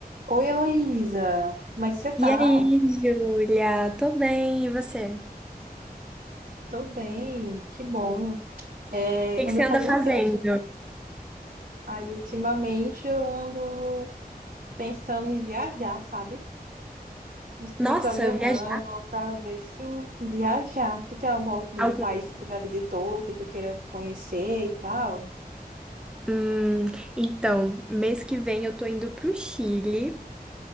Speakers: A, on the right (about 60°); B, in the centre.
A: Oi, Heloísa, como é que você tá?
B: E aí, Júlia? Tô bem, e você? O
A: Tô bem, que bom. É,
B: que que
A: ando
B: você anda
A: fazendo
B: fazendo?
A: o que eu tinha. Aí, ultimamente, eu ando pensando em viajar, sabe? Estou
B: Nossa,
A: me programando
B: viajar
A: para ver se viajar. Tu tem algum, algum
B: algum...
A: país que tu já visitou, que tu queira conhecer e tal?
B: Hum, então, mês que vem eu tô indo pro Chile,